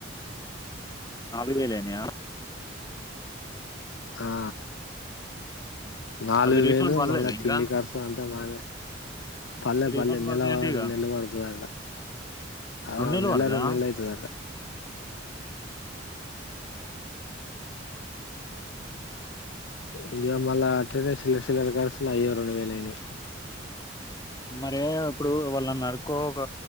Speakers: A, on the left; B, on the left.
A: నాలుగు వెలేనేయా
B: ఆ నాలుగు
A: అవి రీఫండ్
B: వేలు
A: పడలేదా
B: మళ్ళా
A: ఇంకా
B: తిండి ఖర్సుా అంతా మాదే పల్లె
A: రీఫండ్
B: పల్లె
A: పడతాయి
B: నెల వ
A: అంటే ఇక
B: నెలబడుతుంద అంట ఆ
A: రెండు నెలలు
B: నెల
A: పడతదా
B: రెండు నెలలు అయితాది అంటా ఇంక మళ్ళ అటెండెన్సీ లిస్ట్ చి కాలు అయ్యో రెండు వేల అయిన్నాయి
A: మరే ఇప్పుడు వాళ్ళని నడుకో ఒక